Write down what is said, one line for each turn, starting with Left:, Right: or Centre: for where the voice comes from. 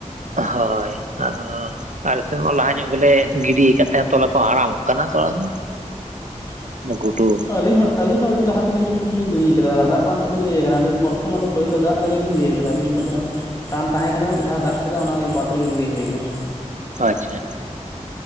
Right: ᱦᱳᱭ ᱟᱨ ᱟᱞᱮ ᱥᱮᱫ ᱢᱟ ᱞᱟᱦᱟ ᱧᱚᱜ ᱜᱮᱞᱮ ᱜᱤᱰᱤ ᱟᱠᱟᱫ ᱛᱟᱦᱮᱸ ᱛᱚᱞᱟ ᱠᱚ ᱦᱟᱲᱟᱢᱚᱜ ᱠᱟᱱᱟ, ᱛᱚᱞᱟ ᱠᱚ᱾
Left: <inaudible>
Right: ᱚᱱᱟ ᱜᱷᱩᱰᱩ,
Left: ᱟᱹᱞᱤᱧ ᱦᱚᱸ ᱟᱞᱤᱧ ᱦᱚᱸ ᱟᱹᱰᱤ ᱞᱟᱦᱟ ᱛᱮᱜᱮ ᱞᱤᱧ ᱦᱤᱲᱤᱧ ᱞᱤᱧ ᱜᱤᱲᱤ ᱠᱟᱫᱟ ᱚᱱᱟ ᱫᱟᱜ ᱵᱟᱝ ᱠᱷᱟᱹᱛᱤᱨ ᱜᱮ ᱤᱭᱟᱹ ᱠᱟᱱᱟ ᱩᱱᱤ ᱯᱚᱨᱛᱷᱚᱢ ᱚᱱᱟ ᱯᱳᱭᱞᱳ ᱫᱟᱜ ᱨᱮᱜᱮᱞᱤᱧ ᱤᱭᱟᱹ ᱠᱟᱫᱟ ᱞᱤᱧ ᱢᱤᱫ ᱫᱷᱟᱣ ᱴᱟᱱ ᱛᱟᱦᱮᱸ ᱠᱟᱱᱟ ᱢᱤᱫ ᱫᱦᱟᱣ ᱫᱟᱜ ᱠᱮᱫᱟ ᱚᱱᱟ ᱵᱟᱫ ᱨᱮᱜᱮ ᱜᱤᱲᱤ ᱦᱳᱭ ᱟᱠᱟᱱᱟ᱾
Right: ᱚ ᱟᱪᱪᱷᱟ᱾